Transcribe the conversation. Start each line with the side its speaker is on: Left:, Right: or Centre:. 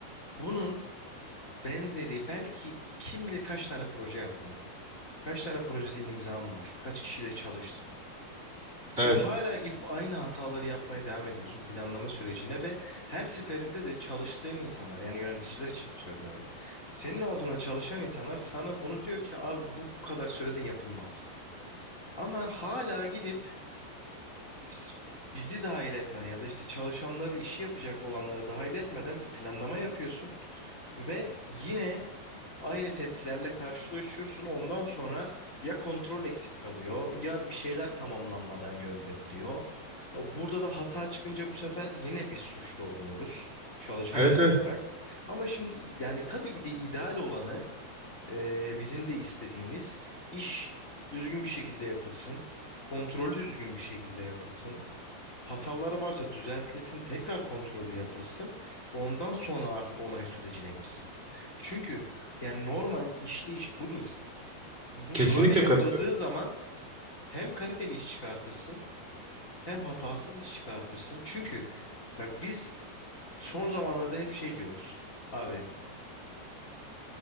Left: bunun benzeri belki kim bilir kaç tane proje yaptın. Kaç tane projede imzam var? Kaç kişiyle çalıştın?
Right: Evet.
Left: Ve hala gidip aynı hataları yapmaya devam ediyorsun planlama sürecinde ve her seferinde de çalıştığın insanlar yani yöneticiler için söylüyorum. Senin altında çalışan insanlar sana bunu diyor ki abi bu bu kadar sürede yapılmaz. Ama hala gidip biz- bizi dahil etmeden ya da işte çalışanları işi yapacak olanları dahil etmeden bir planlama yapıyorsun ve yine aynı tepkilerle karşılaşıyorsun. Ondan sonra ya kontrol eksik kalıyor ya bir şeyler tamamlanmadan gönderiliyor. Ya Burada da hata çıkınca bu sefer yine biz suçlu oluyoruz çalışanlar
Right: Evet. Evet.
Left: olarak. Ama şimdi yani tabii ki de ideal olanı ee, bizim de istediğimiz iş düzgün bir şekilde yapılsın. Kontrolü düzgün bir şekilde yapılsın. Hataları varsa düzeltilsin, tekrar kontrolü yapılsın. Ondan sonra artık onay sürecine girsin. Çünkü yani normal işleyiş budur. Bu
Right: Kesinlikle
Left: böyle yapıldığı
Right: katılıyorum.
Left: zaman hem kaliteli iş çıkartırsın, hem hatasız iş çıkartırsın. Çünkü bak biz son zamanlarda hep şey diyoruz. Abi,